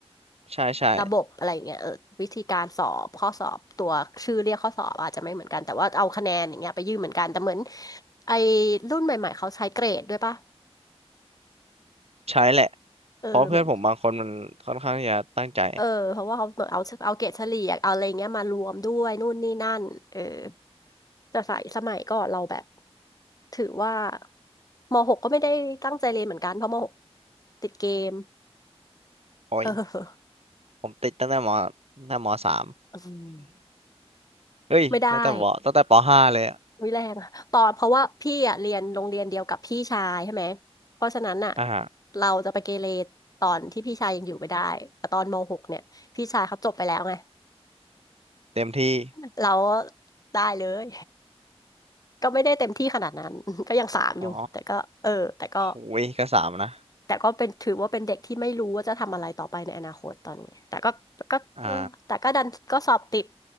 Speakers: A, on the right (about 70°); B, on the left (about 35°).
A: ใช่ใช่
B: ระบบอะไรอย่างเงี้ยเออวิธีการสอบข้อสอบตัวชื่อเรียกข้อสอบอาจจะไม่เหมือนกันแต่ว่าเอาคะแนนอย่างเงี้ยไปยื่นเหมือนกันแต่เหมือนไอ้รุ่นใหม่ๆเขาใช้เกรดด้วยปะ
A: ใช่แหละ
B: เออเหมือน
A: เพราะเพื่อนผมบางคนมันค่อนข้างที่จะตั้งใจ
B: เออเพราะว่าเขาเหมือนเอาเอาเกรดเฉลี่ยเอาอะไรเงี้ยมารวมด้วยนู่นนี่นั่นเออแต่สายสมัยก่อนเราแบบถือว่ามหกก็ไม่ได้ตั้งใจเรียนเหมือนกันเพราะมหกติดเกม
A: โอ้ย
B: เออ
A: ผมติดตั้งแต่มตั้งแต่มสาม
B: อืม
A: <laughs> เฮ้ยตั้งแต่มตั้งแต่ปห้าเลยอะ
B: ไม่ได้วิแรงอะตอนเพราะว่าพี่อ่ะเรียนโรงเรียนเดียวกับพี่ชายใช่ไหมเพราะฉะนั้นอ่ะ
A: อ่าฮะ
B: เราจะไปเกเรตอนที่พี่ชายยังอยู่ไม่ได้แต่ตอนมหกเนี่ยพี่ชายเขาจบไปแล้วไง
A: เต็มที่
B: <laughs> เราได้เลย ก็ไม่ได้เต็มที่ขนาดนั้น <laughs> ก็ยังสามอยู่แต่ก็เออแต่ก็
A: อ๋อโอ้ยก็สามนะ
B: แต่ก็เป็นถือว่าเป็นเด็กที่ไม่รู้ว่าจะทำอะไรต่อไปในอนาคตตอนนี้แต่ก็ก็เออแต่ก็ดันก็สอบติด
A: อ่า